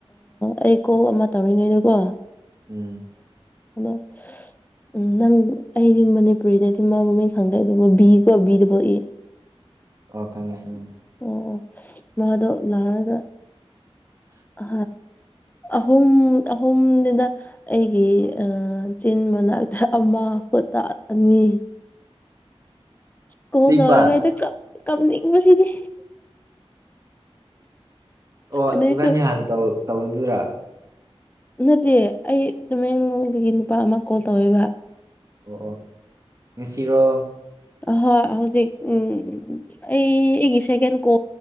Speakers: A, on the left (about 15°); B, on the right (about 30°).
A: ꯑꯩ ꯀꯣꯜ ꯑꯃ ꯇꯧꯔꯤꯉꯩꯗꯨꯀꯣ
B: ꯎꯝ
A: ꯍꯅꯣ ꯎꯝ ꯅꯪ ꯑꯩꯗꯤ ꯃꯅꯤꯄꯨꯔꯤꯗꯗꯤ ꯃꯥ ꯃꯃꯤꯡ ꯈꯪꯗꯦ ꯑꯗꯨꯕꯨ ꯕꯤ ꯀꯣ ꯕꯤꯗꯨꯕꯨꯥꯎ ꯏ
B: ꯑꯣ ꯈꯉ ꯎꯝ
A: ꯑꯣ ꯃꯥꯗꯣ ꯂꯥꯛꯔꯒ
B: ꯎ
A: ꯑ ꯑꯍꯨꯝ ꯑꯍꯨꯝꯗꯨꯗ ꯑꯩꯒꯤ ꯆꯤꯟ ꯃꯅꯥ ꯑꯃ ꯀꯣꯇꯥ ꯑꯅꯤ ꯀꯣꯟ
B: ꯆꯤꯛꯄ
A: ꯇꯧꯔꯤꯉꯩꯗ ꯀꯞꯅꯤꯡꯕꯁꯤꯗꯤ
B: ꯑꯣ
A: ꯑꯗꯩꯁꯨ
B: ꯏꯕꯥꯅꯤ ꯍꯥꯟꯅ ꯇꯧꯗꯨꯗ꯭ꯔꯥ
A: ꯅꯠꯇꯦ ꯑꯩ ꯇꯨꯃꯦꯡꯂꯣꯡꯗꯒꯤ ꯅꯨꯄꯥ ꯑꯃ ꯀꯣꯜ ꯇꯧꯋꯦꯕ
B: ꯑꯣ ꯅꯨꯡꯁꯤꯔꯣ
A: ꯍ ꯎꯝ ꯑꯩꯒꯤꯁꯦꯀꯦꯟ ꯀꯣ